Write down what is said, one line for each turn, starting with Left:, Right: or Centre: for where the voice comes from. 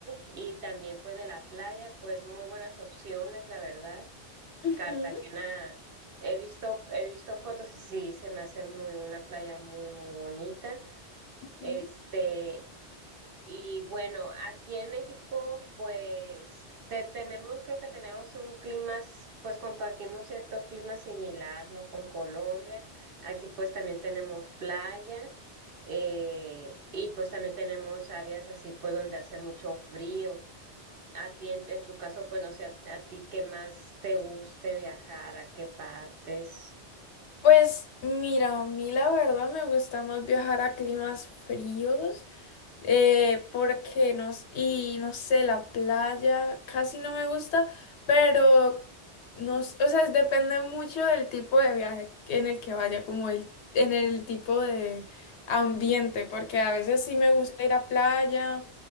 Right: Y también, pues, de la playa, pues, muy buenas opciones, la verdad.
Left: Ujú,
Right: Cartagena, he visto, he visto fotos y sí, se me hace muy una playa muy, muy bonita.
Left: ujú.
Right: Este, y bueno, aquí en México, pues te- tenemos, creo que tenemos un clima, s- pues compartimos cierto clima similar, ¿no? Con Colombia. Aquí pues también tenemos playa, eh, y pues también tenemos áreas así, pues donde hace mucho frío. A ti, en, en tu caso, pues no sé, a, a ti qué más te guste viajar, a qué partes.
Left: Pues mira, a mí la verdad me gusta más viajar a climas fríos, eh, porque no, s- y no sé, la playa casi no me gusta, pero no, s- o sea, es- depende mucho del tipo de viaje en el que vaya, como el, en el tipo de ambiente, porque a veces sí me gusta ir a playa